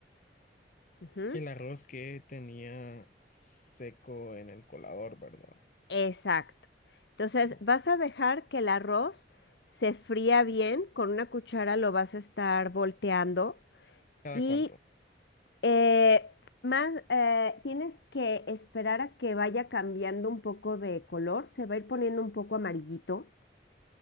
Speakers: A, on the left; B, on the left.
A: Ujú.
B: El arroz que tenía seco en el colador, ¿verdad?
A: Exacto. Entonces,
B: ¿O
A: vas a dejar que el arroz se fría bien, con una cuchara lo vas a estar volteando
B: ¿Cada
A: y
B: cuánto?
A: eh, más eh, tienes que esperar a que vaya cambiando un poco de color, se va a ir poniendo un poco amarillito